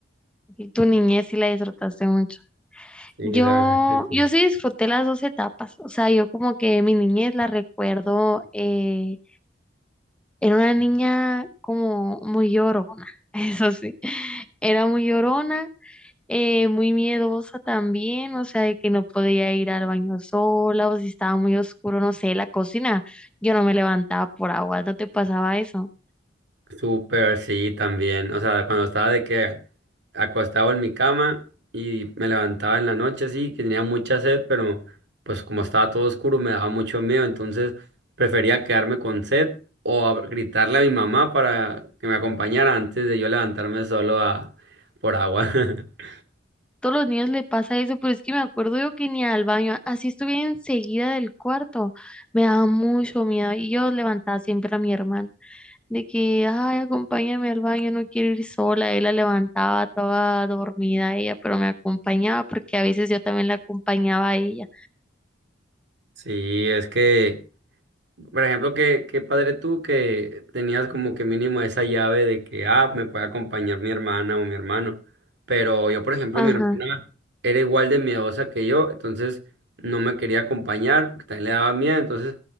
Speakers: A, in the centre; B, on the right (about 65°).
A: Y Tu niñez sí la disfrutaste mucho.
B: Sí,
A: Yo,
B: la verdad es que sí.
A: yo sí disfruté las dos etapas. O sea, yo como que mi niñez la recuerdo, eh, era una niña como muy llorona, <laughs> eso sí. Era muy llorona eh, muy miedosa también, o sea, de que no podía ir al baño sola o si estaba muy oscuro, no sé, la cocina, yo no me levantaba por agua, ¿no te pasaba eso?
B: Súper, sí, también. O sea, cuando estaba de que acostado en mi cama y me levantaba en la noche, sí, que tenía mucha sed, pero pues como estaba todo oscuro me daba mucho miedo, entonces prefería quedarme con sed o a- gritarle a mi mamá para que me acompañara antes de yo levantarme solo a por agua. <laughs>
A: Todos los niños le pasa eso, pero es que me acuerdo yo que ni al baño, así estuviera enseguida del cuarto, me daba mucho miedo y yo levantaba siempre a mi hermana de que, ay, acompáñame al baño, no quiero ir sola, él la levantaba toda dormida ella, pero me acompañaba porque a veces yo también la acompañaba a ella.
B: Sí, es que Por ejemplo, qué, qué padre tú que tenías como que mínimo esa llave de que, ah, me puede acompañar mi hermana o mi hermano. Pero yo, por ejemplo,
A: Ajá,
B: mi hermana era igual de miedosa que yo, entonces no me quería acompañar porque también le daba miedo. Entonces,